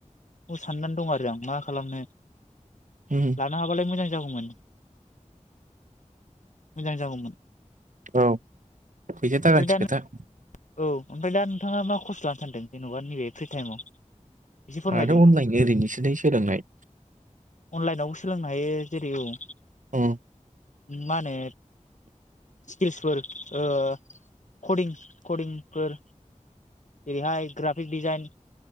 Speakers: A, on the left; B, on the right.
A: साननानै दं आरो आं मा खालामनो।
B: उम
A: लाना हाबालाय मोजां। जागौमोन। मोजां जागौमोन।
B: औ फैसा थाखानिसो
A: ओमफ्राय दा
B: खोथा।
A: औ ओमफ्राय दा नोंथाङा मा खर्स लानो सानदों जेनेबा नैबे फ्रि टाइमाव? एसे फोरमायदो
B: आनाथ अनलाइन ओरैनोसो लै सोलोंनाय।
A: अनलाइनावबो सोलोंनो हायो जेरै औ
B: उम
A: मा होनो स्किल्सफोर ओ कदिं कदिंफोर ओेरैहाय ग्राफिक डिजाइन